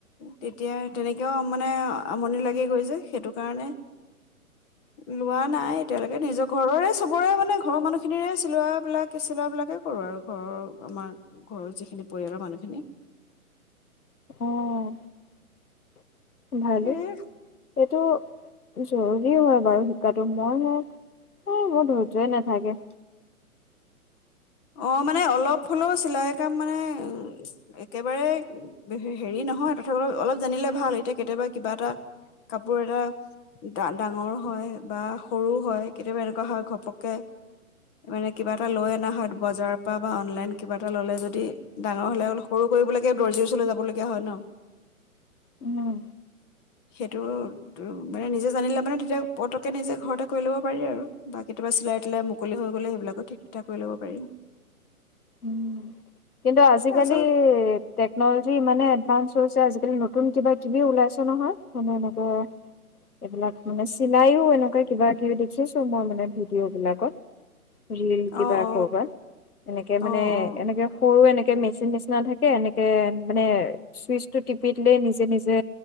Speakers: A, on the left; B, on the left.
A: তেতিয়া তেনেকৈও মানে আমনি লাগে গৈ যে সেইটো কাৰণে লোৱা নাই এতিয়ালৈকে নিজৰ ঘৰৰে সবৰে মানে ঘৰৰ মানুহখিনিৰে চিলাবিলাক চিলাবিলাকে কৰোঁ। আৰু ঘৰৰ আমাৰ ঘৰৰ যিখিনি পৰিয়ালৰ মানুহখিনি।
B: আহ ভালে
A: এই
B: এইটো। জৰুৰী হয় বাৰু শিকাটো মই মোৰ ধৰ্য্য নাথাকে।
A: অ মানে অলপ হ'লেও চিলাই কাম মানে একেবাৰে হেৰি নহয় তথাপিও অলপ জানিলে ভাল এতিয়া কেতিয়াবা কিবা এটা কাপোৰ এটা ডাঙৰ হয়। বা সৰু হয়। কেতিয়াবা এনেকুৱা হয় ঘপককে মানে কিবা এটা লৈ অনা হয়। বজাৰৰ পৰা বা অনলাইন কিবা এটা ললে যদি ডাঙৰ হলে অ সৰু কৰিবলৈকে দৰ্জিৰ ওচৰলৈ যাব লগগীয়া হয় ন
B: উম।
A: সেইটো মানে নিজে <unintelligible> জানিলে মানে তেতিয়া পতকে নিজে ঘৰতে কৰি লব পাৰি আৰু। বা কেতিয়াবা চিলাই লাই মুকলি হৈ গলে সেইবিলাকো ঠিকাক কৰি ল'ব পাৰি।
B: উম। কিন্তু আজিকালি
A: আচল
B: টেকনলজি ইমানে এডভানস আজিকালি নতুন কিবা কিবি ওলাইছে নহয়। মানে এনেকুৱা এইবিলাক মানে চিলাইও এনেকুৱে কিবা কিবি দেখিছোঁ মই মানে ভিডিঅ'বিলাকত। ৰীল কিবা
A: অ অ
B: কৰবাত এনেকে মানে
A: অ অ
B: এনেকে সৰু এনেকে মেচিন নিচিনা থাকে। এনেকে মানে চুইচটো টিপি দিলেই নিজে নিজে